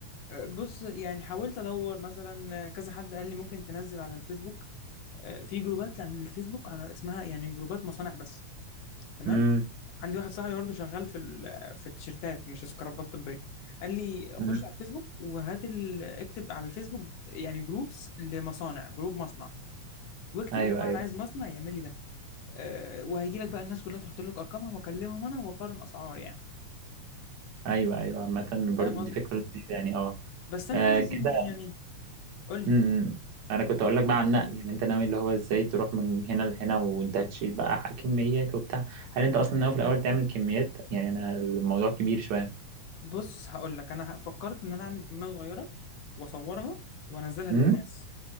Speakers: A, on the left; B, on the right.
A: أه، بص يعني حاولت ادور مثلا أه، كذا حد قال لي ممكن تنزل على الفيسبوك آه، في جروبات على الفيسبوك على اسمها يعني جروبات مصانع بس تمام
B: امم
A: عندي واحد صاحبي برضه شغال في ال- في التيشيرتات مش سكرابات طبيه قال لي خش
B: أمم.
A: على الفيسبوك وهات ال... اكتب على الفيسبوك يعني جروبس لمصانع جروب مصنع واكتب
B: ايوه
A: يا جماعه
B: ايوه
A: انا عايز مصنع يعمل لي ده أه وهيجي لك بقى الناس كلها تحط لك ارقامها واكلمهم انا واقارن اسعار يعني
B: ايوه ايوه عامة برضو
A: فاهم قصدي
B: دي فكرة لذيذة يعني اه
A: بس انا
B: آه،
A: حاسس
B: كده
A: ان يعني قول لي
B: امم انا كنت اقول لك بقى عن النقل يعني انت ناوي اللي هو ازاي تروح من هنا لهنا وانت هتشيل بقى ح- كميات وبتاع هل انت اصلا ناوي في الاول تعمل كميات يعني انا الموضوع كبير شوية
A: بص هقول لك انا فكرت ان انا اعمل كميه صغيره واصورها وانزلها
B: امم
A: للناس